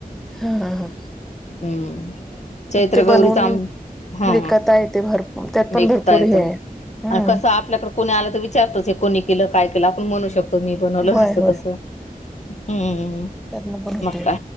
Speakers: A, in the centre; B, on the left.
A: ह हा हा.
B: हम्म चैत्र
A: ते
B: गौरीचा
A: बनवून
B: हा
A: विकता येते भरपूर त्यात पण
B: विकता
A: भरपूर
B: येत
A: हे आहे हम्म
B: कसं आपल्याकड कोणी आलं तर विचारतच हे कोणी केलं काय केलं आपण म्हणू शकतो मी बनवलं
A: होय
B: अस
A: होय
B: तसं. हम्म
A: त्यातन पण होते
B: मग का